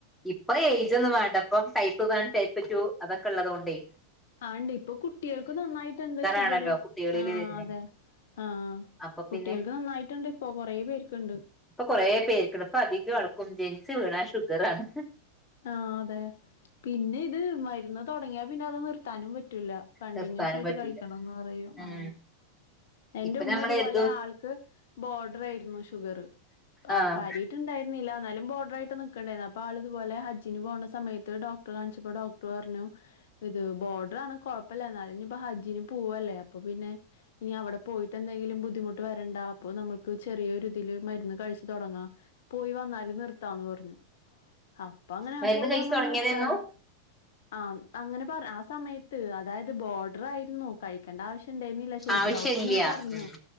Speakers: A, in the centre; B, on the left.
A: ഇപ്പൊ ഏജ് ഒന്നും വേണ്ടപ്പ ടൈപ്പ് വൺ ടൈപ്പ് ടു അതൊക്കെ ള്ളതോണ്ടേ
B: ആ ണ്ട് ഇപ്പൊ കുട്ടിക്കും നന്നായിട്ടുണ്ട് ഷുഗർ
A: ആണല്ലോ കുട്ടികളില്
B: ആ
A: വരുന്നേ
B: അതെ. ആ
A: അപ്പൊ
B: കുട്ടികൾക്ക്
A: പിന്നെ
B: നന്നായിട്ടുണ്ട് പ്പൊ കൊറേ പേർക്കുണ്ട്.
A: കുറേ പേർക്ക് അധികവും ജനിച്ചു വീണാ ഷുഗറാണ്.
B: ആ അതെ പിന്നെത് മരുന്ന് തുടങ്ങിയാ പിന്നെത് നിർത്താനും പ റ്റൂല കണ്ടിന്യൂസയിട്ട്
A: നിർത്താനും പറ്റൂല
B: കഴിക്കണംന്ന് പറയും ആ.
A: ഉം
B: എന്റെ
A: ഇപ്പൊ
B: ഉമ്മത്
A: നമ്മൾ
B: പോലെ
A: എഴുതും
B: ആൾക്ക് ബോർഡർ ആയിരുന്നു ഷുഗർ. ആ
A: ആഹ്
B: കാര്യാട്ടുണ്ടരുന്നില്ല ന്നാലും ബോർഡർട്ട് നിക്കണ്ടായിരുന്നു ആൾത് തുപോലെ ഹജ്ജിന് പോണ സമയത്ത് ഡോക്ടർ കാണിച്ചപ്പോ ഡോക്ടർ പറഞ്ഞു ഇത് ബോർഡർാണ് കുഴപ്പല്ല. ന്നാലുംഞ് പ്പോ ഹജ്ജിന് പോവല്ലേ അപ്പൊ പിന്നെ ഇനി വടെ പോയിട്ടന്തെങ്കിലും ബുദ്ധിമുട്ട് വരണ്ട അപ്പൊ നമ്മക്ക് ചെറിയൊ ഇതില് മരുന്ന് കഴിച്ചു തുടങ്ങാ പോയി വന്നല് നിർത്താന്ന് പറഞ്ഞു. അപ്പൊ അങ്ങനെ
A: മരുന്ന്
B: പോയി
A: കഴിച്ചു
B: വന്നു
A: തുടങ്ങിയതേന്നു
B: നിർത്താലോ ആ അങ്ങനെ പറ ആ സമയത്ത് അതായത് ബോർഡർായിരുന്നു കഴിക്കേണ്ട ആവശ്യ ണ്ടുന്നില്ല ശെരിക്ക്
A: ആവശ്യല്ല
B: ഡോക്ടർ ഇങ്ങനെ പറഞ്ഞോ
A: ഉം